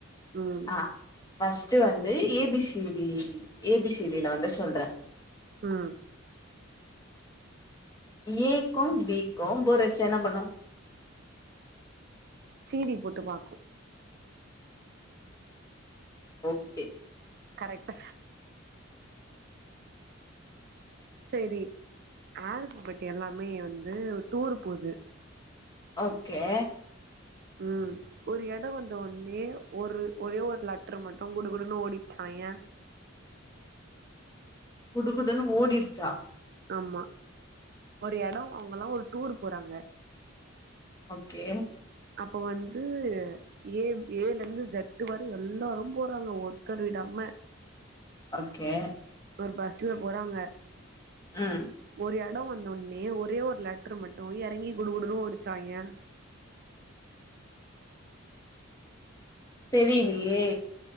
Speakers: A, on the right (about 50°); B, on the left (about 20°).
A: ம்
B: ஆ ஃபஸ்ட் வந்து A B C D A B C D ல வந்து சொல்றே
A: ம்
B: ஏ க்கும் பி க்கு போரடிச்சா என்ன பண்ணு
A: சீ டி போட்டு பாக்கு
B: ஓகே
A: கரெக்ட் சரி ஆல்பஃப்பட் எல்லாமே வந்து டூர் போது
B: ஒகே
A: ம் ஒரு எடோ வந்தோன்னே ஒரு ஒரே ஒரு லட்ரு மட்டு குடு குடுன்னு ஓடிர்ச்சா ஏ
B: குடுகுடுன்னு ஓடிருச்சா
A: ஆமா ஒரு எடோ அவங்கல்லா ஒரு டூர் போறாங்க
B: ஒகெ
A: அப்போ வந்து ஏ ஏல இருந்து ஷெட்டு வர எல்லாரு போறாங்க ஒருத்தர் விடாம
B: ஒகே
A: ஒரு பஸ்ல போறாங்க
B: ம்
A: ஒரு எடோ வந்தோன்னே ஒரே ஒரு லெட்ரு மட்டு எறங்கி குடு குடுன் ஓடுச்சா ஏ
B: தெரிலியே